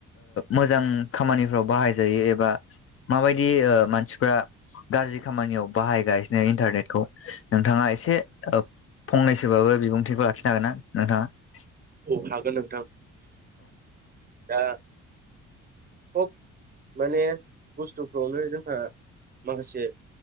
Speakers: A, on the left; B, on the right.
A: मोजां खामानिफ्राव बाहाय जायो एबा माबायदि ओ मानसिफ्रा गाज्रि खामानियाव बाहायगासिनो इन्टारनेटखौ नोंथाङा एसे ओ फंनैसोबाबो बिबुंथिखौ लाखिनो हागोन ना नोंथाङा?
B: औ हागोन नोंथां दा खब माने बुस्थुफ्रावनो जोंहा माखासे